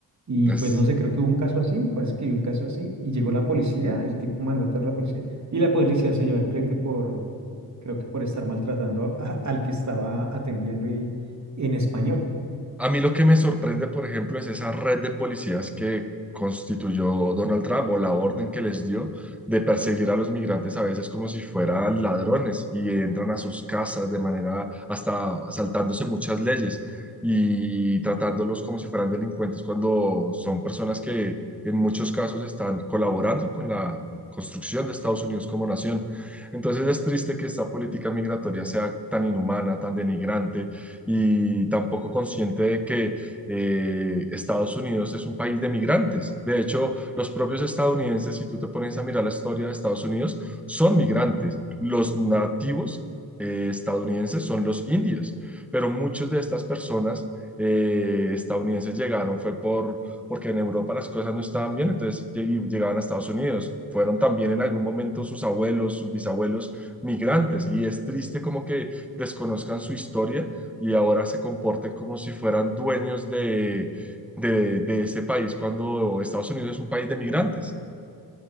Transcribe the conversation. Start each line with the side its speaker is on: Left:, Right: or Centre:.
Right: Y
Centre: es
Right: pues no sé, creo que hubo un caso así, me parece que hubo un caso así, y llegó la policía, el tipo mandó a traer la policía, y la policía se llevó al cliente por, creo que por estar maltratando a- al que estaba atendiendo y, en español.
Centre: A mí lo que me sorprende, por ejemplo, es esa red de policías que constituyó Donald Trump o la orden que les dio de perseguir a los migrantes a veces como si fueran ladrones y entran a sus casas de manera hasta saltándose muchas leyes y tratándolos como si fueran delincuentes cuando son personas que en muchos casos están colaborando con la construcción de Estados Unidos como nación. Entonces es triste que esta política migratoria sea tan inhumana, tan denigrante y tampoco consciente de que eh, Estados Unidos es un país de migrantes. De hecho, los propios estadounidenses, si tú te pones a mirar la historia de Estados Unidos, son migrantes. Los nativos eh, estadounidenses son los indios, pero muchas de estas personas eh, estadounidenses llegaron fue por, porque en Europa las cosas no estaban bien, entonces lleg- llegaban a Estados Unidos. Fueron también en algún momento sus abuelos, sus bisabuelos migrantes y es triste como que desconozcan su historia y ahora se comporten como si fueran dueños de, de, de ese país cuando Estados Unidos es un país de migrantes.